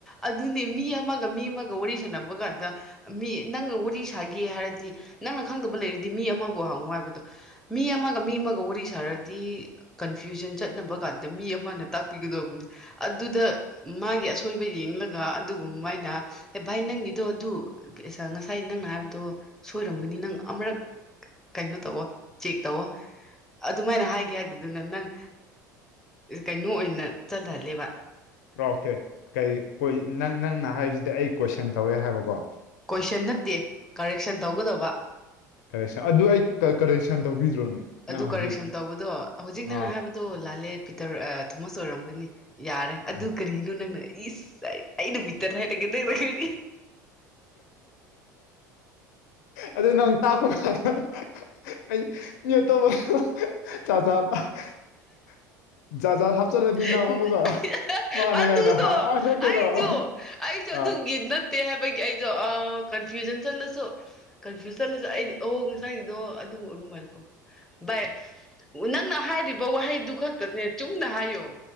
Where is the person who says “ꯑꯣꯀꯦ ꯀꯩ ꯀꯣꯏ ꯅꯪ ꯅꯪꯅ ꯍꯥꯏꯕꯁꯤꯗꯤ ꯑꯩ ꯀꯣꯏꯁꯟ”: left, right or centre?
Left